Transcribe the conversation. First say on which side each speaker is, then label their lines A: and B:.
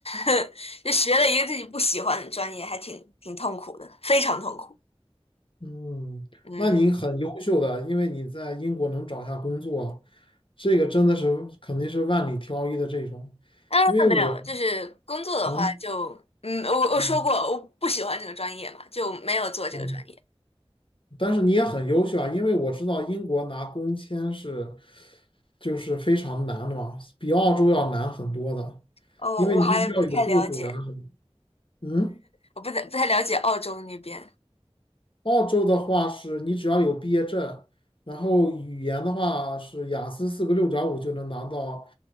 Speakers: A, on the left; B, on the left.
A: <laughs> 就学了一个自己不喜欢的专业，还挺挺痛苦的，非常痛苦。
B: 嗯，
A: 嗯。
B: 那你很优秀的，因为你在英国能找下工作，这个真的是肯定是万里挑一的这种。
A: 啊，
B: 因为我
A: 没有，就是工作的话就，
B: 啊，
A: 嗯，我我说过我不喜欢这个专业嘛，
B: 嗯
A: 就没有做这个专业。
B: 嗯，但是你也很优秀啊，因为我知道英国拿工签是就是非常难的嘛，比澳洲要难很多的，
A: 哦，
B: 因为你必须要有雇主啊什么。
A: 我还不太了解，
B: 嗯。
A: 我不太不太了解澳洲那边。
B: 澳洲的话是你只要有毕业证，然后语言的话是雅思四个六点五就能拿到